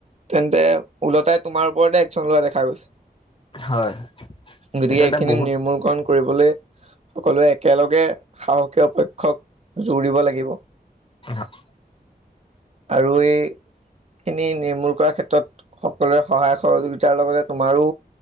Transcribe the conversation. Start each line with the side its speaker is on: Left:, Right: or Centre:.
Right: তেন্তে ওলটাই তোমাৰ ওপৰতে একশচন লোৱা দেখা গৈছে।
Left: হয়
Right: গতিকে
Left: এইটো এটা
Right: এইখিনি
Left: বহুত
Right: নিৰ্মূলকৰন কৰিবলে। সকলোৱে একেলগে সাহসীয় পক্ষক জোৰ দিব লাগিব।
Left: হয়
Right: আৰু এই খিনি নিৰ্মূল কৰাৰ ক্ষেত্ৰত সকলোৰে সহায় সহযোগিতাৰ লগতে তোমাৰো